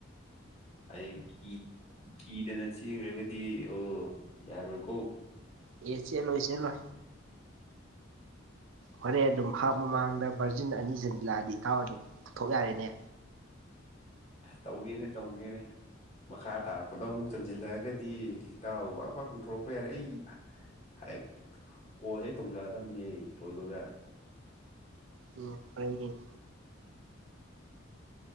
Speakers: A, on the left; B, on the right.
A: ꯍꯌꯦꯡ ꯀꯤ ꯀꯤꯗꯅ ꯆꯦꯡꯈ꯭ꯔꯒꯗꯤ ꯑꯣ ꯌꯥꯔꯣꯏꯀꯣ
B: ꯑꯦꯁꯤ ꯂꯣ ꯆꯁꯤꯅ
A: <inaudible>
B: ꯍꯣꯔꯦꯟ ꯑꯗꯨꯝ ꯍꯥꯞ ꯃꯃꯥꯡꯗ ꯚꯔꯖꯤꯟ ꯑꯅꯤ ꯆꯟꯁꯤꯜꯂꯛꯑꯗꯤ ꯏꯇꯥꯎ ꯑꯗꯨꯝ ꯄꯨꯊꯣꯛ ꯌꯥꯔꯦꯅꯦ
A: ꯇꯧꯒꯦꯅꯦ ꯇꯧꯒꯦꯅꯦ ꯃꯈꯥ ꯇꯥꯔꯛꯄꯗ ꯑꯃꯨꯛ ꯆꯟꯁꯤꯜꯂꯛꯑꯒꯗꯤ ꯏꯇꯥꯎ ꯑꯃ ꯄꯨꯊꯣꯔꯛꯄ ꯌꯥꯔꯦ ꯑꯩ ꯍꯦꯛ ꯀꯣꯜ ꯍꯦꯛ ꯇꯧꯖꯔꯛꯑꯗꯕꯅꯤ ꯑꯩ ꯊꯣꯏꯕꯒ
B: ꯎꯝ ꯎꯝ